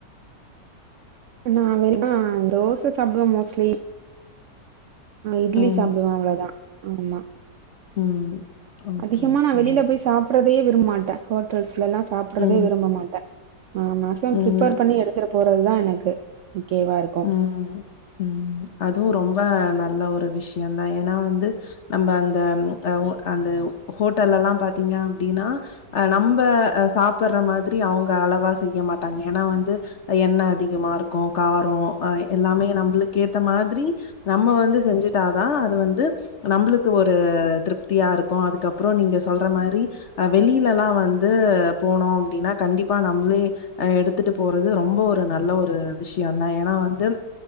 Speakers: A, on the right (about 85°); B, on the left (about 55°).
A: நா வெளியெனா தோச சாப்டுவே மோஸ்ட்லி இட்லி
B: ம்.
A: சாப்டுவே அவ்ளோதா ஆமா
B: ம் ஓகே,
A: அதிகமா
B: ஓகேங்க.
A: நா வெளில போய் சாப்புறதே விரும்பமாட்டே ஹோட்டல்ஸ்லல்லா சாப்புறதே
B: ம்.
A: விரும்ப மாட்ட ஆ மேக்சிமம்
B: ம்.
A: பிரிஃப்பேர் பண்ணி எடுத்துட்டு போறதுதா எனக்கு ஓகேவா இருக்
B: ம் ம் அதுவு ரொம்ப நல்ல ஒரு விஷயந்தா ஏனா வந்து நம்ப அந்த ம் அ ஒ அந்த ஹோட்டல்லல்லா பாத்தீங்க அப்டின்னா அ நம்ப அ சாப்புற மாதிரி அவங்க அளவா செய்ய மாட்டாங்க ஏனா வந்து எண்ணெ அதிகமா இருக்கு கா ரோ அ எல்லாமே நம்பளுக்கு ஏத்த மாதிரி நம்ம வந்து செஞ்சுட்டாதா அது வந்து நம்புளுக்கு ஒரு திருப்தியா இருக்கு அதுக்கப்றோ நீங்க சொல்ற மாரி அ வெளிலெல்லா வந்து போனோ அப்டின்னா கண்டிப்பா நம்ளே அ எடுத்துட்டு போறது ரொம்ப ஒரு நல்ல ஒரு விஷயந்தா ஏனா வந்து